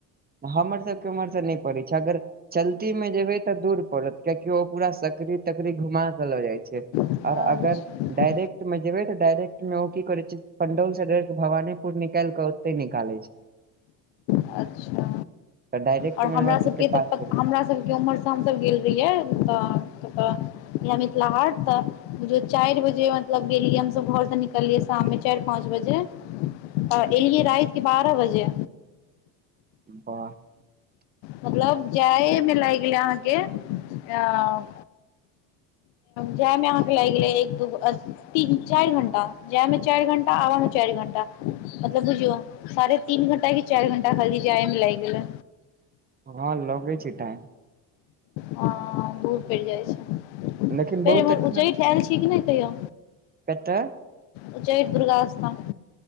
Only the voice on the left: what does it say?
अच्छा
अच्छा
आओर
हमरा सभके
तऽ
हमरा सभके उम्हरसँ शाम क गेल रहियै तऽ <unintelligible> मिथिला हाट तऽ बुझियो चारि बजे मतलब गेलियै हमसभ घरसँ निकललियै शाम मे चारि पाँच बजे
आ एलियै राति के बारह बजे
मतलब जाए मे लागि गेले अहाँके अ
जाय मे अहाँ के लाग गेले एक दूो तीन चारि घंटा जाय मे चारि घंटा आ आब मे चारि घण्टा मतलब बुझियो साढ़े तीन घंटा के चारि घंटा खालि जाय मे लागि गेलै
हँ दूर पड़ि जाइ छै
फेर
एम्हर
उच्चैठ आयल छी कि नहि कहियो
उच्चैठ दुर्गास्थान।